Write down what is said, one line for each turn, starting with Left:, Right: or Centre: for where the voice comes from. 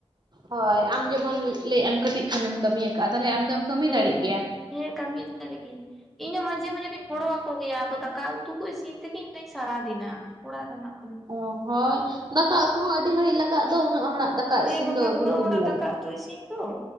Right: ᱦᱳᱭ, ᱟᱢ ᱡᱮᱢᱚᱱ ᱞᱟᱹᱭᱮᱫ ᱟᱢ ᱠᱟᱹᱴᱤᱡ ᱠᱷᱟᱱᱮᱢ ᱠᱟᱹᱢᱤᱭᱟ ᱟᱠᱟᱫᱼᱟ ᱾ ᱛᱟᱦᱞᱮ ᱟᱢ ᱫᱚᱢ ᱠᱟᱹᱢᱤ
Centre: ᱦᱮᱸ,
Right: ᱫᱟᱲᱮᱜ ᱜᱮᱭᱟ
Centre: ᱦᱮᱸ ᱠᱟᱹᱢᱤ ᱫᱟᱲᱮ ᱜᱮ ᱾ ᱤᱧ ᱦᱚᱸ ᱢᱟᱡᱷᱮ ᱢᱟᱡᱷᱮ ᱫᱚᱧ ᱜᱚᱲᱚ ᱟᱠᱚ ᱜᱮᱭᱟ, ᱟᱫᱚ ᱫᱟᱠᱟ ᱩᱛᱩ ᱠᱚ ᱤᱥᱤᱱ ᱛᱮᱜᱮ ᱤᱧ ᱫᱩᱧ ᱥᱟᱨᱟᱫᱤᱱᱟ ᱾ ᱚᱲᱟᱜ ᱨᱮᱱᱟᱜ ᱠᱟᱹᱢᱤ ᱾
Right: ᱚ ᱦᱳᱭ, ᱫᱟᱠᱟ ᱩᱛᱩ ᱦᱚᱸ ᱟᱹᱰᱤ ᱜᱷᱟᱹᱲᱤᱡ ᱞᱟᱜᱟᱜ ᱫᱚ ᱩᱱᱟᱹᱜ ᱦᱚᱲᱟᱜ ᱫᱟᱠᱟ
Centre: ᱦᱮᱸ
Right: ᱤᱥᱤᱱ
Centre: ᱵᱟᱠᱷᱟᱱ
Right: ᱫᱚ ᱟᱹᱰᱤ
Centre: ᱩᱱᱟᱹᱜ
Right: ᱜᱷᱟᱹᱲᱤᱡ
Centre: ᱦᱚᱲᱟᱜ
Right: ᱜᱮ ᱞᱟᱜᱟᱜᱼᱟ
Centre: ᱫᱟᱠᱟ
Right: ᱾
Centre: ᱩᱛᱩ ᱤᱥᱤᱱ ᱛᱚ